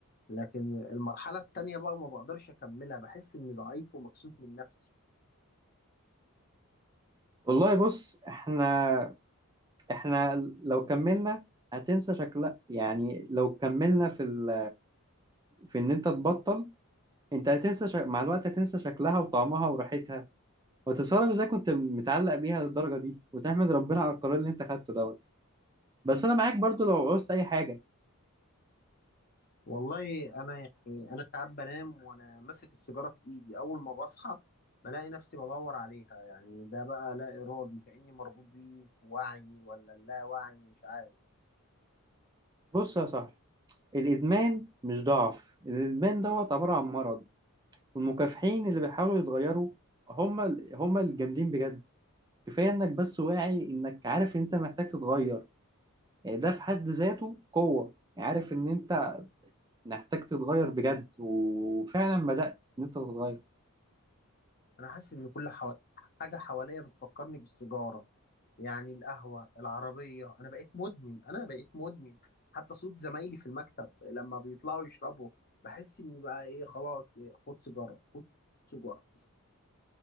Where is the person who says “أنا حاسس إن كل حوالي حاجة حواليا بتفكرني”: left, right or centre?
Left